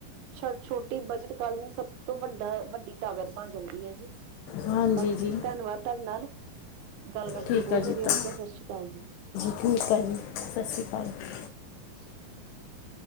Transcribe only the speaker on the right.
ਛ ਛੋਟੀ ਬੱਚਤ ਕੱਲ ਨੂੰ ਸਭ ਤੋਂ ਵੱਡਾ ਵੱਡੀ ਤਾਕਤ ਬਣ ਜਾਂਦੀ ਹੈ ਜੀ।
ਬਾਕੀ
ਧੰਨਵਾਦ। ਤੁਹਾਡੇ ਨਾਲ ਗੱਲ ਕਰਕੇ
ਬਹੁਤ
ਵਧੀਆ ਲੱਗਿਆ।
ਸਤਿ ਸ਼੍ਰੀ ਅਕਾਲ ਜੀ।
<inaudible>